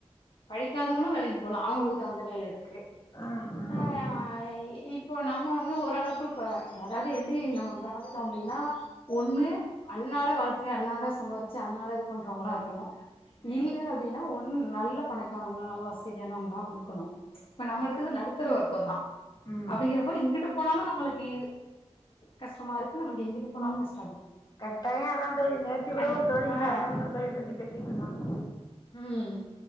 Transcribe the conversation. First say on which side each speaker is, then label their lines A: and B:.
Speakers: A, on the left; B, on the left.
A: படிக்காதவங்களும் வேலைக்கு போகலாம் அவங்களுக்கு தகுந்த வேலை இருக்கு
B: ஆ ஆ ஆ
A: அஹ் இப்போ நம்ம வந்து ஓரளவுக்கு இப்ப அதாவது எப்படி நம்ம நடந்துட்டோம் அப்படின்னா ஒண்ணு அண்ணாட வாழ்க்கை அண்ணாட சம்பாதிச்சு அண்ணாட இது பண்றவங்களா இருக்கணும்
B: ம்
A: இல்ல அப்படின்னா ஒண்ணு நல்ல பணக்கார நல்ல வசதிய கொடுக்கணும் இப்ப நம்ம
B: ம்
A: நடுத்தர வர்க்கம் தான்
B: ம்
A: அப்படிங்கற எங்க போனாலும் நளுக்கு கஷ்டமா இருக்கு இங்கிட்டு போனாலும் கஷ்ட
B: கட்டாயம் அதான் தோழி நேரத்தி கூட
A: ஏன்னா
B: ஒரு தோழிக்கிட்ட
A: ஆஹ்
B: அததான் ஒரு தோழி பத்தி பேசிட்டு இருந்தோம்
A: ஹம்